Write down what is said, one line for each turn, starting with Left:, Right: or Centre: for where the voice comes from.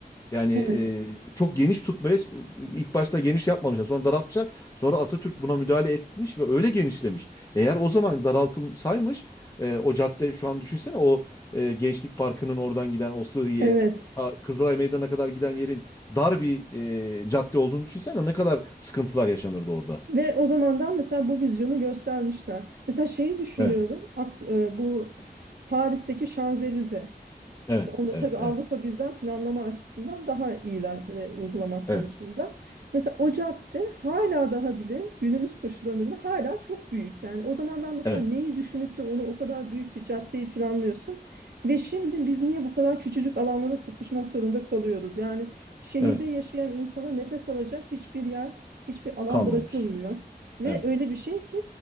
Left: Yani
Right: Evet.
Left: e, çok geniş tutmaya ilk başta geniş yapmamışlar. Sonra daraltmışlar. Sonra Atatürk buna müdahale etmiş ve öyle genişlemiş. Eğer o zaman daraltılsaymış e, o cadde şu an düşünsene o e, Gençlik Parkı'nın oradan giden o Sıhhiye
Right: Evet.
Left: ta Kızılay Meydanı'na kadar giden yerin dar bir e, cadde olduğunu düşünsene ne kadar sıkıntılar yaşanırdı orada.
Right: Ve o zamandan mesela bu vizyonu göstermişler. Mesela şeyi düşünüyorum.
Left: Evet,
Right: Ak- e, bu f- Paris'teki Şanzelize.
Left: evet,
Right: Mesela Onda
Left: evet,
Right: tabii Avrupa
Left: evet,
Right: bizden planlama açısından daha iyiler ve uygulamak
Left: evet,
Right: konusunda. Mesela o cadde hala daha bile günümüz koşullarında bile hala çok büyük. Yani o zamandan mesela
Left: evet,
Right: neyi düşünüp de onu o kadar büyük bir caddeyi planlıyorsun? Ve şimdi biz niye bu kadar küçücük alanlara sıkışmak zorunda kalıyoruz? Yani şehirde
Left: evet.
Right: yaşayan insana nefes alacak hiçbir yer, hiçbir alan
Left: Kalmamış.
Right: bırakılmıyor. Ve
Left: Evet,
Right: öyle bir şey ki